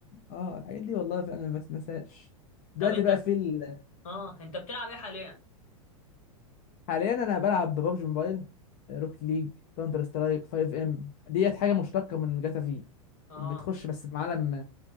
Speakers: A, on the left (about 40°); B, on the left (about 65°).
A: اه الحاجات دي والله فعلا ما تتنساش دلوقتي
B: طب انت
A: بقى
B: ب...
A: في ال...
B: اه انت بتلعب ايه حاليا
A: حاليا انا بلعب ببجي موبايل روكت ليج كونتر سترايك 5 ام ديت حاجه مشتقه من جاتا في
B: اه
A: بتخش بس في عالم